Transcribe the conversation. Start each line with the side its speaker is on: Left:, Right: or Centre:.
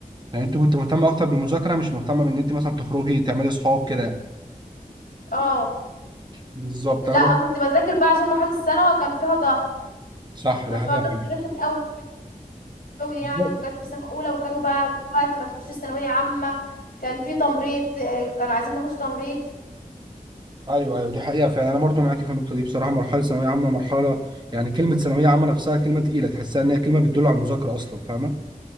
Right: يعني انت كنت مهتمه اكتر بالمذاكره مش مهتمه بان انت مثلا تخرجي تعملي صحاب كده يعني.
Left: اه
Right: بالظبط
Left: لا
Right: انا برضه
Left: كنت بذاكر بقى عشان مرحلة الثانوي كان فيها ضغط
Right: صح
Left: كانت
Right: ده حقيقه
Left: فيها ضغط
Right: فعلا
Left: رخم قوي قوي يعني
Right: ايوه
Left: وجت في سنة أولى وكانوا بقى طول الوقت ما تخشيش ثانوية عامة كان في تمريض آه، كانوا عايزين نخش تمريض
Right: ايوه ايوه دي حقيقه فعلا انا برضو معاكي
Left: مم.
Right: في النقطه دي بصراحه مرحله ثانويه عامه مرحله يعني كلمه ثانويه عامه نفسها كلمه تقيله تحسها ان هي كلمه بتدل على المذاكره اصلا فاهمه